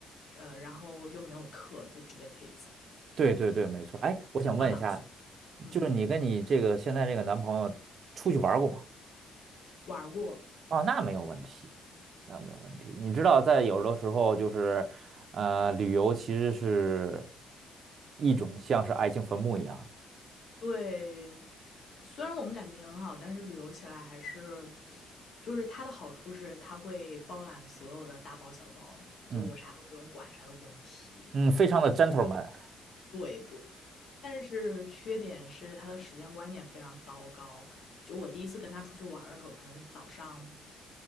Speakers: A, on the left (about 60°); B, on the right (about 60°).
A: 呃，然后又没有课，就直接可以走，
B: 对对对，没错。哎，我想问一下，
A: 啊哪儿去嗯，
B: 就是你跟你这个现在这个男朋友出去玩儿过吗？
A: 玩过
B: 哦，那没有问题，那没有问题。你知道，在有的时候就是，呃，旅游其实是一种像是爱情坟墓一样，
A: 对，虽然我们感情很好，但是旅游起来还是，就是它的好处是它会包揽所有的大包小包，就我啥都不用管，
B: 嗯
A: 啥都不用提。
B: 嗯，非常的 gentleman，
A: 对对。但是缺点是他的时间观念非常糟糕。就我第一次跟他出去玩的时候，可能早上